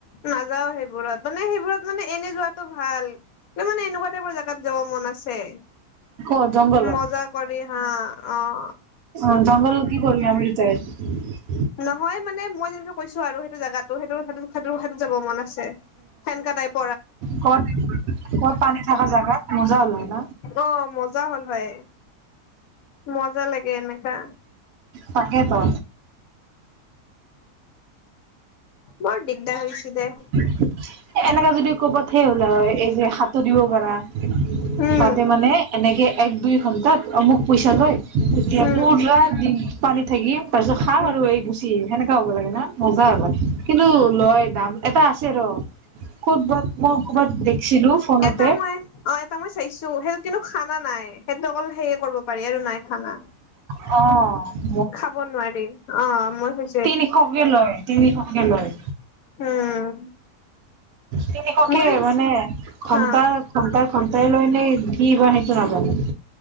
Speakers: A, on the left; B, on the right.
A: নাযাওঁ সেইবোৰত। মানে সেইবোৰত মানে এনেই যোৱাটো ভাল, মোৰ মানে এনেকুৱা টাইপৰ জেগাত যাব মন আছে।
B: ক'ত জংঘলত
A: মজা কৰি হাঁ অঁ।
B: অঁ জংঘলত কি কৰিম আমি দুটাই?
A: নহয় মানে মই যেনেকে কৈছো আৰু সেইটো জেগাটো সেইটো যাব মন আছে সেনেকুৱা টাইপ।
B: কবাত কবাত পানী থাকা জেগাত মজা ওলাই ন।
A: অঁ মজা হ'ল হয়, মজা লাগে এনেকা।
B: তাকেতো।
A: বৰ দিগদা হৈছি দে।
B: এ এনেকে যদি কবাত সেই হ'লে হয়, এই যে সাতোঁৰ দিব পাৰা।
A: উম
B: তাহাঁতে মানে এনেকে এক দুই ঘন্টাত অমুক পইছা লয়- এতিয়া
A: উম
B: পুৰা দিন পানীত থাকি তাৰ পিছত খা
A: উম
B: আৰু এই গুচি আহি সেনেকুৱা হ'ব লাগে ন। মজা হল হয়। কিন্তু লয় দাম এটা আছে ৰ ক'তবাত মই ক'বাত দেখিছিলো। ফোনতে
A: এটা মই অ এটা মই চাইছো সেইটোত কিন্তু খানা নাই সেইটো অকল সেয়ে কৰিব পাৰি আৰু নাই খানা
B: অহ
A: খাব নোৱাৰি অঁ মই <unintelligible>
B: তিনিশকে লয় তিনিশকে লয়।
A: উম
B: তিনিশকে
A: মই যোন
B: মানে ঘন্টা
A: হা
B: ঘন্টাৰ ঘন্টাই লয়নে কি বা সেইটো নাজানো।